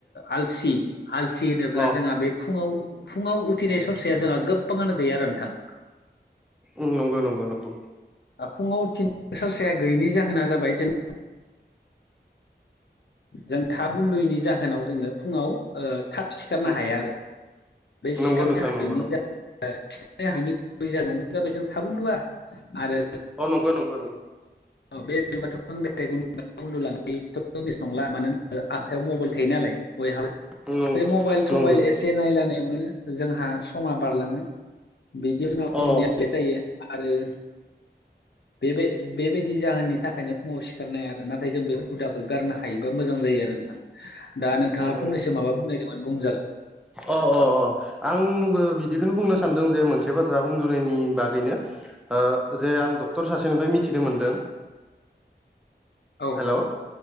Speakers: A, on the left; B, in the centre.
A: आलसि आलसि होनोब्ला
B: अ
A: जोंहा बे फुंङाव फुंङाव उथिनाय सरसाया जोंहा गोबबांङानो गैया आरो नोंथां
B: ओम नंगौ नंगौ नंगौ
A: फुंङाव थिन बोसोरसाया गैयिनि जाहोना जाबाय जों जों थाब उन्दैनि जाहोनाव जोंङो फुङाव थाब सिखारनो
B: उम
A: हाया आरो बे सिखारनो
B: नंगौ नोंथां
A: हायैनि
B: नंगौ नंगौ
A: सिखारनो हायै गुबै जाहोना जाबाय जों थाब उन्दुया आरो
B: अ नंगौ नंगौ नंगौ
A: बे जुथ' उ उन्दुलांनायथ' जिनिस नंला मानो होनोबा आखाइयाव मबाइल थायो नालाय बयहाबो
B: उम
A: बे मबाइल सबाइल
B: नंगौ
A: एसे नायलानायावनो जोंहा समा बारलांङो बिदिनो
B: अ
A: उनाव उले जायो आरो बे बेबायदि जाहोननि थाखायनो फुंङाव सिखारनाय आरो नाथाय जों बे हुदाखौ गारनो हायोबा मोजां जायो आरो नोंथां दा नोंथांङा
B: उम उम
A: फंनैसो माबा बुंनायदोंमोन बुंजागोन
B: अ अ अ आंबो बिदिखौनो बुंनो सानदों जे मोनसे बाथ्रा उन्दुनायनि बागैनो जे आं डक्टर सासेनिफ्राय मिथिनो मोनदों
A: औ
B: हेल'